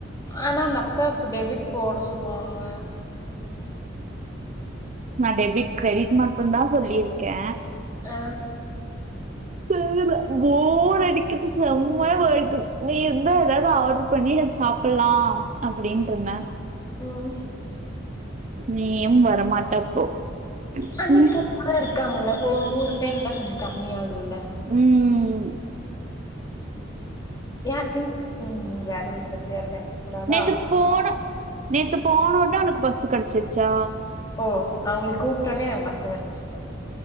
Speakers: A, on the left (about 20°); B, on the right (about 40°).
A: ஆனா அந்த அக்கா இப்ப டெபிட் போட சொல்லுவாங்க
B: நா டெபிட் கிரெடிட் மட்டு தா சொல்லியிருக்கே
A: ஆ
B: முடில போர் அடிக்குது சமாய போர் அடிக்குது நீ இருந்த எதாது ஆர்டர் பண்ணி சாப்பலா அப்டின்றிந்த
A: ம்
B: நீயு வரமாட்ட அப்போ
A: அனித்தா
B: உம்
A: அக்கா தா இருக்காங்கல்ல ஓ மூணு பேரு இருந்தா கொஞ்சோ கம்மி ஆகும்ல
B: ம் ம்
A: யார் ம் ம் வேறது பத்தி வேற பேச கூடாதா
B: நேத்து போன நேத்து போனோ உடனே உனக்கு பஸ்சு கிடைச்சிருச்சா
A: ஓ நா உங்களுக்கு கூப்பிட்டேனே பஸ் வச்சிருச்சு